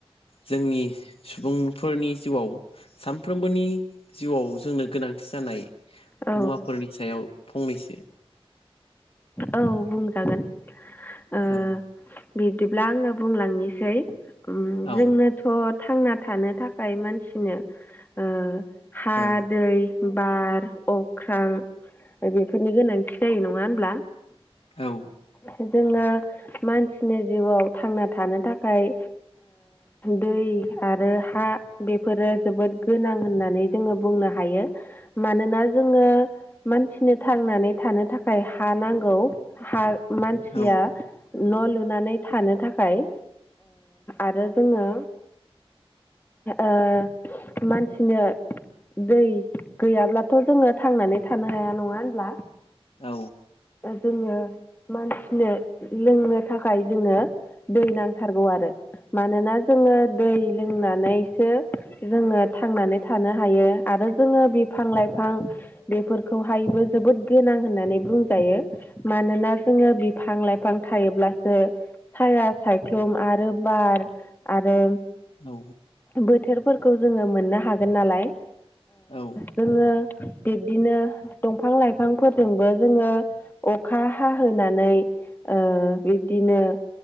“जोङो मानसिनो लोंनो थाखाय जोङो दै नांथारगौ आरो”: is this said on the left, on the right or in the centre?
Left